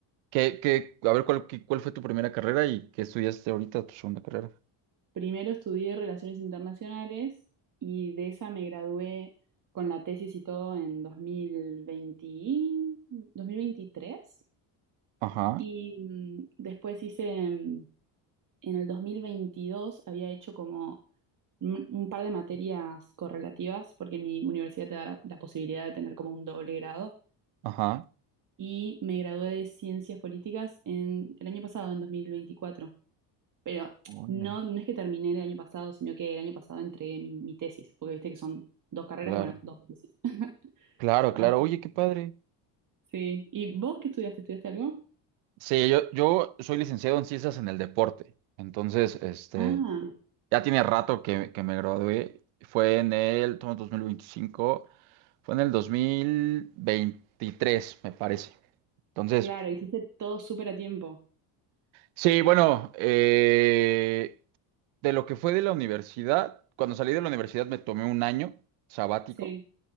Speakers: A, on the right (about 80°); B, on the right (about 40°).
A: ¿qué, qué, a ver, cuál, qué- cuál fue tu primera carrera y qué estudiaste ahorita, tu segunda carrera?
B: Primero estudié Relaciones Internacionales y de esa me gradué con la tesis y todo en dos dos mil veinte, dos mil veintitrés
A: Ajá,
B: Y mm, después hice, mm, en el 2022 había hecho como un, un par de materias correlativas, porque mi universidad te da la la posibilidad de tener como un doble grado.
A: ajá.
B: Y me gradué de Ciencias Políticas en el año pasado, en dos mil veinticuatro Pero
A: Órale.
B: no, no es que terminé el año pasado, sino que el año pasado entregué mi, mi tesis, porque viste que son dos carreras,
A: Claro,
B: bueno, dos tesis. <laughs>
A: claro,
B: Así,
A: claro. Oye, qué padre.
B: sí. ¿Y vos qué estudiaste? ¿Estudiaste algo?
A: Sí, yo, yo soy licenciado en ciencias en el deporte. Entonces, este,
B: Ah,
A: Ya tiene rato que, que me gradué. Fue en el, estamos en 2025, fue en el 2023, me parece. Entonces,
B: claro, hiciste todo súper a tiempo.
A: sí, bueno, eh, de lo que fue de la universidad, cuando salí de la universidad me tomé un año sabático
B: Sí.